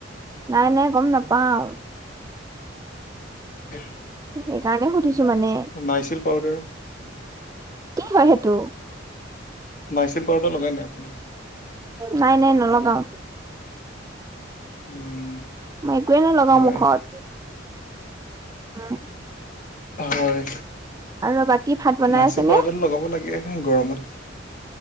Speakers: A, on the right (about 20°); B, on the left (about 45°).
A: নাই নাই গম নাপাওঁ
B: উম।
A: সেইকাৰণে সুধিছো মানে
B: নাইছিলি পাউদাৰ
A: কি হয় সেইটো?
B: নাইচিল পাউদাৰ লগাই নাই
A: নাই নাই নলগাওঁ
B: উম
A: মই একোৱেই নলগাওঁ
B: হয়
A: মুখত উম।
B: হয়,
A: আৰু বাকী ভাত বনাই
B: নাইছিল
A: আছে নে?
B: পাউদাৰটো লগাব লাগেহে গৰমত